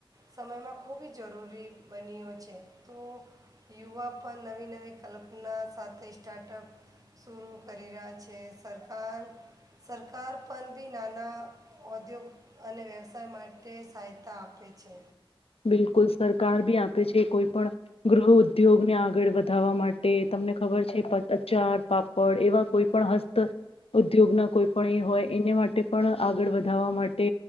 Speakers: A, on the right (about 40°); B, on the left (about 85°).
A: સમયમાં ખૂબ જરૂરી બન્યો છે તો યુવા પણ નવી નવી કલ્પના સાથે સ્ટાર્ટઅપ શુરું કરી રહ્યા છે સરકાર સરકાર પણ બી નાના ઔદ્યોગ અને વ્યવસાય માટે સહાયતા આપે છે
B: બિલકુલ સરકાર બી આપે છે કોઈ પણ ગૃહ ઉદ્યોગને આગળ વધારવા માટે તમને ખબર છે અચાર પાપડ એવા કોઈ પણ હસ્ત ઉદ્યોગના કોઈ પણ એ હોય એને માટે પણ આગળ વધાવવા માટે